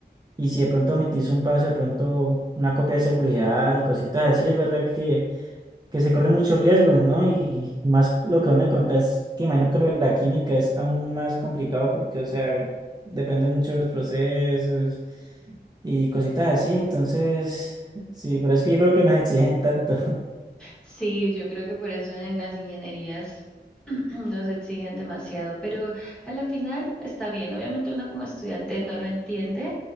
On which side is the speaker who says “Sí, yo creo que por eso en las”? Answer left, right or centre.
Centre